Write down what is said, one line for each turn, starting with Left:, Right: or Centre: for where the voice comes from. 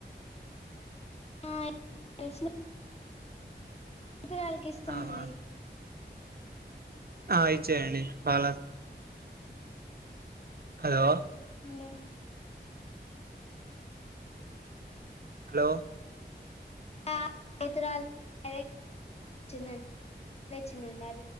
Left: <inaudible> ఇతరాలకి ఇస్తుందండి
Right: ఆహా ఆ అయిచయని వాళ హలో
Left: ఏందీ
Right: హలో
Left: <inaudible>